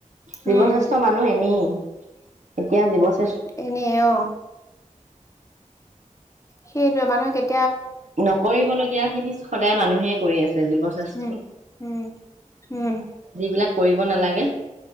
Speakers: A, on the right (about 65°); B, on the left (about 25°).
A: জীৱশ্ৰেষ্ঠ
B: উম
A: মানুহ এনেই এতিয়া জীৱ শ্ৰে
B: এনে অ'। সেইটোৱে মানুহে কে
A: নকৰিব লগীয়া খিনি সদায় মানুহে কৰি আছে। জীৱ শ্ৰেষ্ঠ
B: উম উম উম
A: যিবিলাক কৰিব নালাগে।